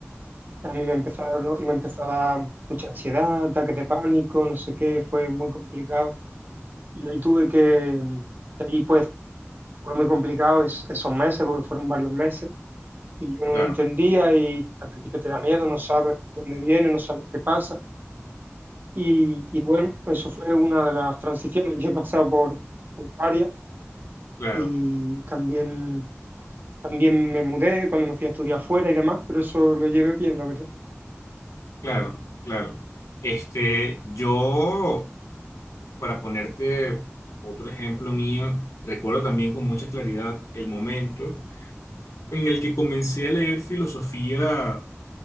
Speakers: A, on the right (about 40°); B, on the left (about 80°).
A: a mí me empezaron, me empezó a dar mucha ansiedad, ataques de pánico, no sé qué, fue muy complicado Y ahí tuve que, ahí pues fue muy complicado es- esos meses, porque fueron varios meses, y yo no
B: Claro,
A: lo entendía y al principio te da miedo, no sabes dónde viene, no sabes qué pasa. Y, y bueno, eso fue una de las transiciones. <laughs> Yo he pasado por, por varias
B: claro,
A: y también, también me mudé cuando me fui a estudiar fuera y demás, pero eso lo llevé bien, la verdad.
B: claro, claro. Este, yo Para ponerte otro ejemplo mío, recuerdo también con mucha claridad el momento en el que comencé a leer filosofía